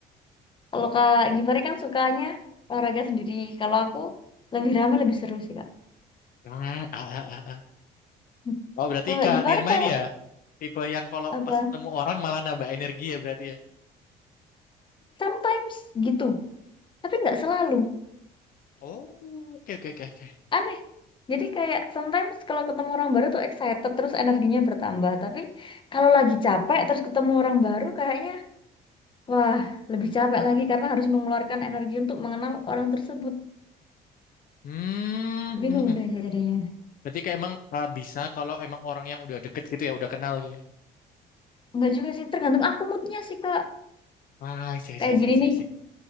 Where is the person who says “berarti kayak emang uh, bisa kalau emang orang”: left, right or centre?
Left